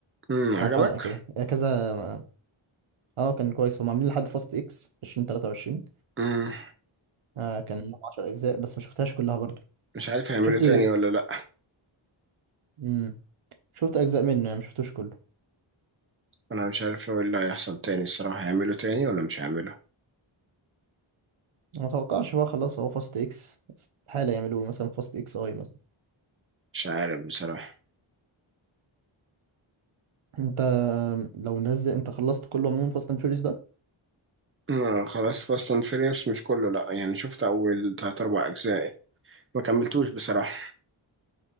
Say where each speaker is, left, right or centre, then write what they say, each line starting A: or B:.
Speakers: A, on the right (about 25°); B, on the right (about 85°).
A: امم عجبك
B: كام حلقه كده كذا آه، اه كان كويس هم عاملين لحد فاست اكس 2023
A: امم
B: آه كان لهم 10 اجزاء بس ما شفتهاش كلها برضو
A: مش عارف هيعملوا
B: شفت
A: تاني ولا لا
B: امم شفت اجزاء منه يعني ما شفتوش كله
A: انا مش عارف ايه اللي هيحصل تاني الصراحه هيعملوا تاني ولا مش هيعملوا
B: ما اتوقعش بقى خلاص هو فاست اكس استحالة يعملوا مثلا فاست اكس اي مثلا
A: مش عارف بصراحه
B: انت لو نزل انت خلصت كله عموما فاست اند فيوريوس ده
A: آه خلاص فاست اند فيريس مش كله لا يعني شفت اول تلات اربع اجزاء ما كملتوش بصراحه